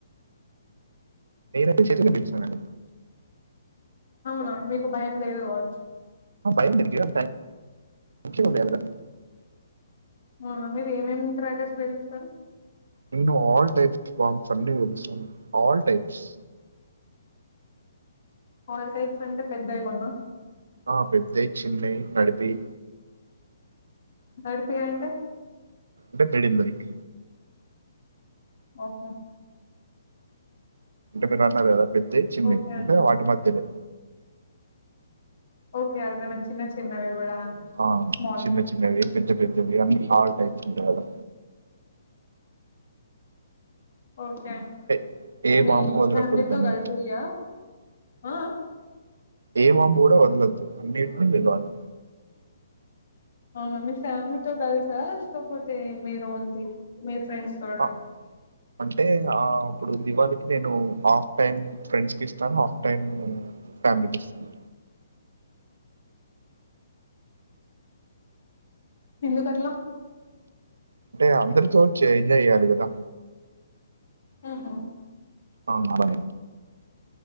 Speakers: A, on the right; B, on the left.
A: నినైతే చేతిలోనే పెల్చినానండి
B: అవునా మీకు భయం లేదు కావచ్చు
A: ఆ భయం దేనికి టై మం చి <unintelligible>
B: అవునా మీరు ఏమేమి క్రకార్స్ పెల్చుతారు
A: నేను ఆల్ టైప్స్ బామ్స్ అన్నీ పెలుస్తాను ఆల్ టైప్స్
B: ఆల్ టైప్స్ అంటే పెద్దవి కున్నా
A: ఆ పెద్దయ్ చిన్నై నడిపియ్
B: నడిపియంటే
A: టే మీడిల్ లైక్
B: ఓహో
A: అంటే మీరు అన్నారు కదా పెద్ద్దయ్ చిన్నయ్
B: ఓకే అండి
A: అంటే వాటి మధ్యలై
B: ఓకే అర్దమైంది చిన్న చిన్నవి కూడా అని
A: ఆ
B: స్మాల్
A: చిన్న చిన్నవి పెద్ద పెద్దవి అన్ని హాల్ టైప్స్ ఉంటాయ్ కదా
B: ఓకే
A: అంటే ఏ
B: మీ
A: బాంబు వదలకూడదండి.
B: ఫ్యామిలీ తో కలిపి ఆ ఆ ఆ
A: ఏవాం పో కూడా వందదు అన్నిట్ <unintelligible>
B: ఆ మమ్మీ ఫ్యామిలీతో కలుసా లేకపోతే మీరు ఉంది మీ ఫ్రెండ్స్ తోట
A: ఆ అంటే ఆ ఆప్పుడు దివాళి నేను హాఫ్ టైమ్ ఫ్రెండ్స్ కి ఇస్తాను హాఫ్ టైమ్ ఫ్యామిలీకి ఇస్తాను
B: ఎందుకట్లా
A: అంటే అందరితో ఎంజా చెయ్యాలి కదా
B: ఆహా
A: ఆ అలా